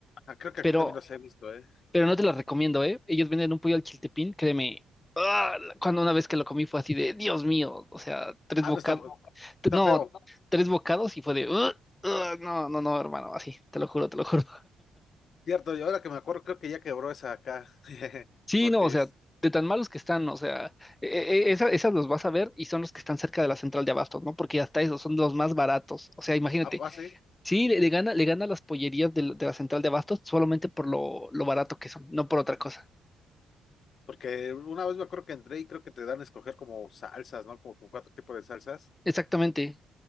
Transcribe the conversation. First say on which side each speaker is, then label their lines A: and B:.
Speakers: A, on the left (about 60°); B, on the left (about 20°).
A: Ah, creo que
B: Pero,
A: aquí también los he visto, ¿eh?
B: pero no te la recomiendo, ¿eh? Ellos venden un pollo al chiltepín, créeme. ah, cuando una vez que lo comí fue así de, Dios mío, o sea, tres
A: Ah,
B: bocados,
A: no, está, está
B: no,
A: feo.
B: tres bocados y fue de, "Ugh, ugh, no, no, no, hermano, así, te lo juro, te lo juro.
A: Cierto, y ahora que me acuerdo, creo que ya quebró esa acá. <laughs>
B: Sí,
A: Porque
B: no, o sea,
A: es,
B: de tan malos que están, o sea, e- e- esa- esas los vas a ver y son los que están cerca de la central de abastos, ¿no? Porque hasta esos son los más baratos. O sea, imagínate,
A: ah, ah, sí.
B: sí, le, le gana, le gana las pollerías de, de la central de abastos solamente por lo, lo barato que son, no por otra cosa.
A: Porque una vez me acuerdo que entré y creo que te dan a escoger como salsas, ¿no? Como, como cuatro tipos de salsas.
B: Exactamente.